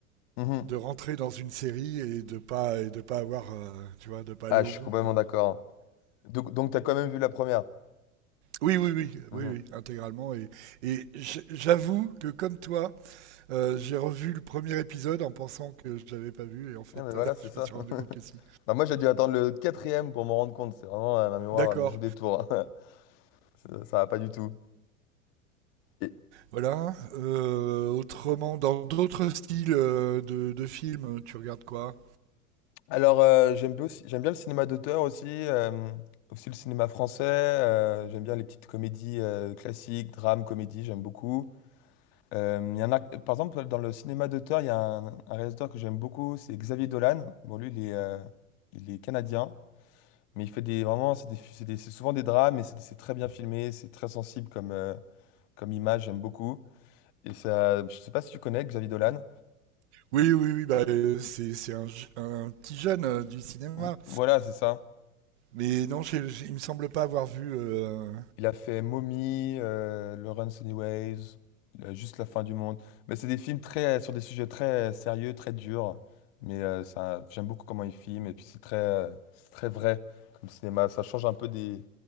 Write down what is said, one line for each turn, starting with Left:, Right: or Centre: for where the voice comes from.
Left: mhm.
Right: de rentrer dans une série et de pas, et de pas avoir, euh, tu vois, de pas aller
Left: Ah,
Right: au
Left: je suis
Right: bout,
Left: complètement
Right: quoi.
Left: d'accord. Donc, donc tu as quand même vu la première.
Right: Oui, oui, oui,
Left: Mhm.
Right: oui, oui, intégralement. Et, et j'- j'avoue que comme toi, Euh, j'ai revu le premier épisode en pensant que je l'avais pas vu et en fait
Left: Ah, mais voilà,
Right: euh, <laughs>
Left: c'est ça.
Right: je me suis rendu
Left: <laughs>
Right: compte que si.
Left: Bah, moi, j'ai dû attendre le quatrième pour m'en rendre compte. C'est vraiment, euh, ma mémoire
Right: D'accord,
Left: elle me joue des tours. <laughs> Ça, ça va pas du tout. Et,
Right: voilà. Euh, autrement, dans d'autres styles euh, de, de films, tu regardes quoi?
Left: Alors, euh, j'aime bien aussi, j'aime bien le cinéma d'auteur aussi, euh, aussi le cinéma français. euh, j'aime bien les petites comédies euh, classiques, drames, comédies, j'aime beaucoup. Euh, il y en a, par exemple, dans le cinéma d'auteur, il y a un, un réalisateur que j'aime beaucoup, c'est Xavier Dolan. Bon, lui, il est, euh, il est canadien, mais il fait des, vraiment, c'est des- c'est des- c'est souvent des drames, mais c'est c'est très bien filmé, c'est très sensible comme, euh, comme image, j'aime beaucoup. Et ça, je sais pas si tu connais Xavier Dolan.
Right: Oui, oui, oui, bah, euh, c'est, c'est un, je- un petit jeune euh, du cinéma.
Left: Ou- Voilà, c'est ça.
Right: Mais non, j'ai- j'ai- il me semble pas avoir vu. euh,
Left: Il a fait Mommy, euh, Lawrence Anyways, euh, Juste la fin du monde. Mais c'est des films très, sur des sujets très sérieux, très durs. Mais euh, ça, j'aime beaucoup comment il filme. Et puis c'est très, euh, c'est très vrai comme cinéma. Ça change un peu des,